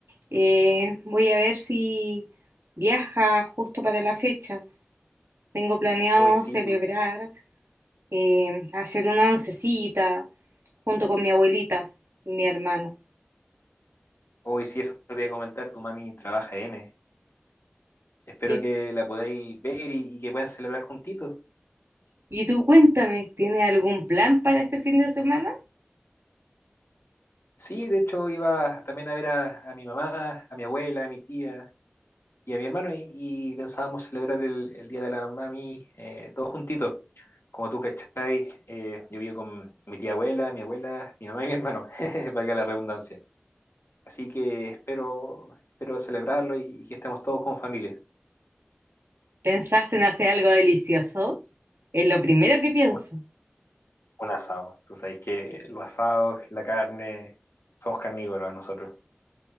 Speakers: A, on the right (about 80°); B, on the left (about 80°).
A: eh, voy a ver si viaja justo para la fecha. Tengo planeado
B: Hoy sí,
A: celebrar,
B: tu-
A: eh, hacer una oncecita junto con mi abuelita y mi hermano.
B: hoy sí, eso te voy a comentar, tu mami trabaja N. Espero
A: ¿Y,
B: que la podáis ver y, y que puedan celebrar juntitos.
A: y tú cuéntame, ¿tienes algún plan para este fin de semana?
B: Sí, de hecho iba también a ver a, a mi mamá, a mi abuela, a mi tía y a mi hermano y, y pensábamos celebrar el, el Día de la Mami eh, todos juntitos. Como tú cachai, eh, yo vivo con mi tía abuela, mi abuela, mi mamá y mi hermano, <laughs> valga la redundancia. Así que espero, espero celebrarlo y que estemos todos como familia.
A: ¿Pensaste en hacer algo delicioso? Es lo primero que pienso.
B: Un, un asado. Tú sabes que los asados, la carne, somos carnívoros nosotros.